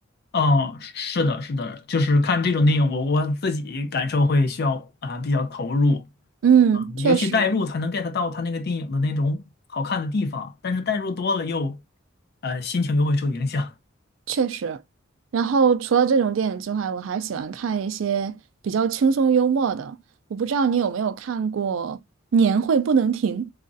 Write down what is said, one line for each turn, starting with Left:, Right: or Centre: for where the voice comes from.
Left: 哦，是的，是的，就是看这种电影，我我自己感受会需要啊、比较投入，
Right: 嗯，
Left: 嗯，
Right: 确实
Left: 尤其代入才能 get 到他那个电影的那种好看的地方，但是代入多了又，呃，心情又会受影响。
Right: 确实。然后除了这种电影之外，我还喜欢看一些比较轻松幽默的。我不知道你有没有看过《年会不能停》。